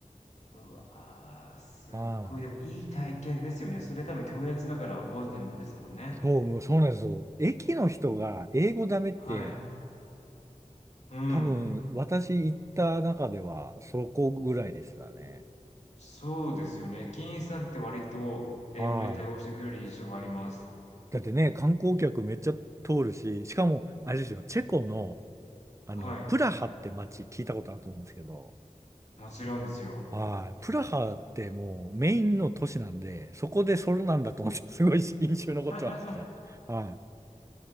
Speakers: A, on the left (about 60°); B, on the right (about 25°).
A: うわー、すっごい、
B: ああ、
A: でもいい体験ですよね。それ多分共通だから覚えてるんですもんね。
B: そう、もうそうなんですよ。駅の人が英語ダメって、
A: うん、はい。うん。
B: 多分私行った中ではそこぐらいでしたね。
A: そうですよね。駅員さんって割と英語で対応してくれる印象があります。
B: はい。だってね、観光客めっちゃ通るし、しかも、あれですよ、チェコの、あの、
A: はい、
B: プラハって街聞いたことあると思うんですけど、
A: もちろんですよ。
B: はい。プラハってもうメインの都市なんで、そこでソロなんだと思って、すごい印象に残ってました。
A: <laughs>
B: はい。